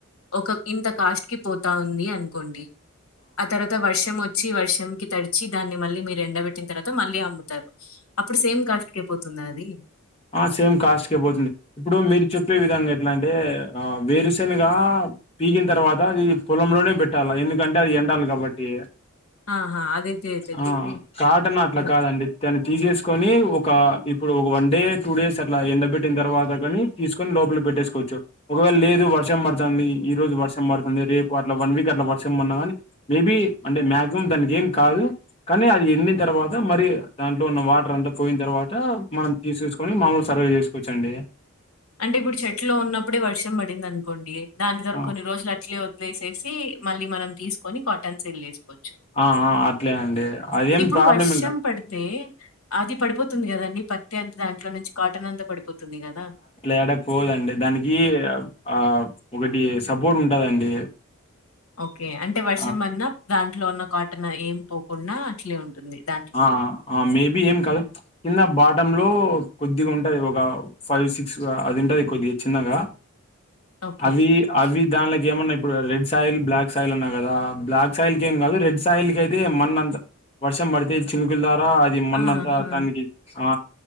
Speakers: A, on the left; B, on the left.
A: ఒక ఇంత కాస్ట్ కి పోతా ఉంది అనుకోండి ఆ తర్వాత వర్షం మొ వర్షంకి తడిచి దాన్ని మల్లి మీరు ఎండబెట్టిన తరువాత మళ్ళీ అమ్ముతారు. అ అప్పుడు సేమ్ కాస్ట్ కె పోతుందా అది
B: ఆ సేమ్ కాస్ట్కే పోతుంది ఇప్పుడు మీరు చెప్పే విధంగా ఎట్లా అంటే ఆ వేరుశనగా పీకిన తర్వాత అది పొలంలోనే పెట్టాల ఎందుకంటే అది ఎండాలి కాబట్టి
A: ఆహా! అది తె తెలుసండి.
B: ఆ కాటనా అట్లా
A: హ్మ్.
B: కాదండి దాను తీసేసుకొని ఒక ఒక ఇప్పుడు ఒక వన్ డే టూ డేస్ అట్లా ఎండబెట్టిన తర్వాత కాని తీసుకొని లోపల పెట్టేసుకోవచ్చు. ఒకవేళ లేదు వర్షం పడతాంది ఈ రోజు వర్షం పడతాంది రేపు అట్లా వన్ వీక్ అట్లా వర్షం పడినా కాని మేబీ అంటే మ్యాక్సిమం దానీకేం కాదు కానీ అది ఎండిన తర్వాత మరి దాంట్లో ఉన్న వాటర్ అంతా పోయిన తర్వాత మనం తీసేసుకు ని మాములు సర్వే చేసుకోవచ్చండి
A: అంటే ఇప్పుడు చెట్లో ఉన్నప్పుడే వర్షం పడింది అనుకోండి. దాని తర
B: ఆ
A: కొన్ని రోజులు అట్లే వది లే స్ ఈ మళ్ళీ మనం తీసుకొని కాటన్ సెట్ చేసుకోవచ్చు
B: ఆ ఆ అట్లే అండి అదేం
A: ఇప్పుడు
B: ప్రాబ్లం
A: ఓకే. వర్షం
B: ఇంకా
A: పడితే అది పడిపోతుంది గదండీ! పత్తి అంత దాంట్లో నుంచి కాటన్ అంతా పడిపోతుంది తుంది కదా
B: యాడా పోదండి దానికి ఆ ఒకటి సపోర్ట్ ఉంటదండి
A: ఓకే అంటే వర్షం
B: ఆ
A: అన్నా దాన్ ట్లో ఉన్న కాటన్ ఏమి పోకుండా అట్లే ఉంటుంది దాంట్లోనే.
B: ఆ ఆ మేబి ఏం కాదు కింద బాటం లో కొద్దిగ ఉంటది ఒక ఫైవ్ సిక్స్ అది ఉంటది కొద్దిగా చిన్నగా
A: ఓకే.
B: అవి అవి దాన్లే ఏమన్నా ఇప్పుడు రెడ్ సాయిల్, బ్లాక్ సాయిల్ అన్నా కదా! బ్లాక్ సాయిల్ కి ఏం కాదు. రెడ్ సాయిల్ క అయితే మన్ను అంత వర్షం పడుం దేస్ చింగుల్లా అ అది మన్నంతా
A: ఆహా!
B: దానికి ఆ